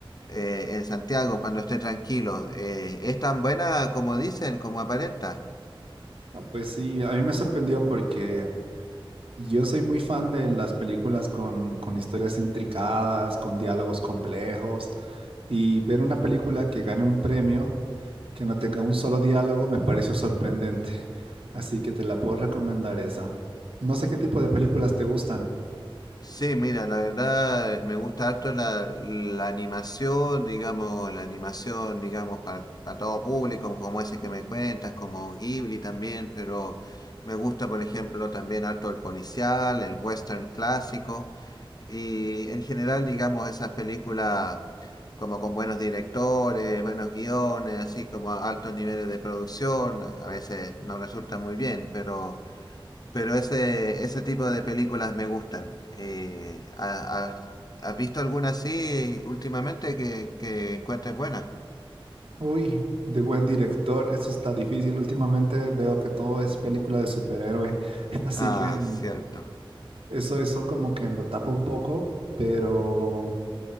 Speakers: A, on the left (about 45°); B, on the right (about 75°).
A: eh, en Santiago, cuando esté tranquilo. Eh, ¿es tan buena como dicen, como aparenta?
B: Ah, Pues sí, a mí me sorprendió porque yo soy muy fan de las películas con, con historias intricadas, con diálogos complejos. Y ver una película que gane un premio, que no tenga un solo diálogo, me pareció sorprendente. Así que te la puedo recomendar esa. No sé qué tipo de películas te gustan.
A: Sí, mira, la verdad eh, me gusta harto la, la animación, digamos, la animación, digamos, para, todo público, como ese que me cuentas, como Ghibli también, pero me gusta, por ejemplo, también harto el policial, el western clásico, y en general, digamos, esas películas como con buenos directores, buenos guiones, así como a altos niveles de producción, a a veces no resulta muy bien, pero... Pero ese, ese tipo de películas me gustan. Eh, ¿ha- has, has visto alguna así últimamente que, que encuentres buena?
B: Uy, de buen director, eso está difícil. Últimamente veo que todo es película de superhéroe. <laughs> Así
A: Ah,
B: que mm,
A: cierto.
B: eso, eso como que lo tapa un poco, pero...